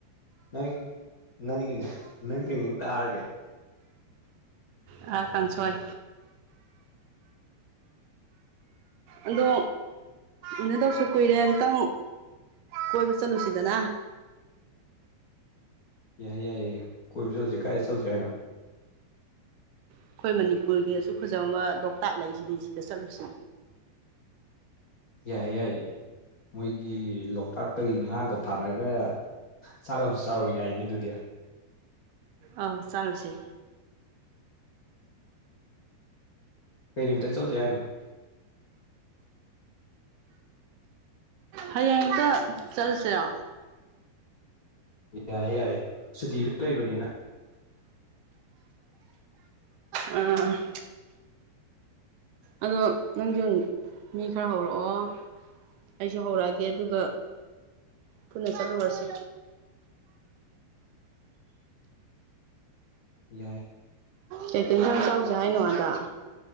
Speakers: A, on the left; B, on the right.
A: ꯅꯪ ꯅꯪ ꯅꯪ ꯅꯪꯗꯤ ꯀꯩ ꯌꯦꯟꯁꯥꯡ ꯆꯥꯔꯒꯦ
B: ꯑ ꯀꯥꯡꯁꯣꯏ ꯑꯗꯣ ꯎꯅꯗꯕꯁꯨ ꯀꯨꯏꯔꯦ ꯑꯝꯇꯪ ꯀꯣꯏꯕ ꯆꯠꯂꯨꯁꯤꯗꯅ
A: ꯌꯥꯏꯌꯦ ꯌꯥꯏꯌꯦ ꯀꯣꯏꯕ ꯆꯠꯂꯨꯁꯦ ꯀꯥꯏꯗ ꯆꯠꯂꯨꯁꯦ ꯍꯥꯏꯅꯣ
B: ꯑꯩꯈꯣꯏ ꯃꯅꯤꯄꯨꯔꯒꯤ ꯑꯁꯨꯛ ꯐꯖꯔꯑ ꯂꯣꯛꯇꯥꯛ ꯂꯩꯁꯤꯗꯤ ꯁꯤꯗ ꯆꯠꯂꯨꯁꯤ
A: ꯌꯥꯏꯌꯦ ꯌꯥꯏꯌꯦ ꯃꯣꯏꯒꯤ ꯂꯣꯛꯇꯥꯛꯇꯒꯤ ꯉꯥꯒ ꯐꯥꯔꯒ ꯆꯥꯛ ꯑꯃ ꯆꯥꯔꯨ ꯌꯥꯏꯅꯦ ꯑꯗꯨꯗꯤ
B: ꯑꯥꯎ ꯆꯥꯔꯨꯁꯦ
A: ꯀꯩ ꯅꯨꯃꯤꯠꯇ ꯆꯠꯂꯨꯁꯤ ꯍꯥꯏꯅꯣ
B: ꯍꯌꯦꯡ ꯍꯦꯛꯇ ꯆꯠꯂꯁꯤꯔꯣ
A: ꯌꯥꯏꯌꯦ ꯌꯥꯏꯌꯦ ꯁꯨꯇꯤꯁꯨ ꯂꯩꯕꯅꯤꯅ
B: ꯎꯝ ꯑꯗꯣ ꯅꯪꯁꯨ ꯃꯤ ꯈꯔ ꯍꯧꯔꯛꯑꯣ ꯑꯩꯁꯨ ꯍꯧꯔꯛꯑꯒꯦ ꯑꯗꯨꯒ ꯄꯨꯟꯅ ꯆꯠꯂꯨꯔꯁꯤ
A: ꯌꯥꯏ
B: ꯀꯩꯀꯩ ꯏꯟꯁꯥꯡ ꯆꯥꯎꯁꯦ ꯍꯥꯏꯅꯣ ꯑꯗ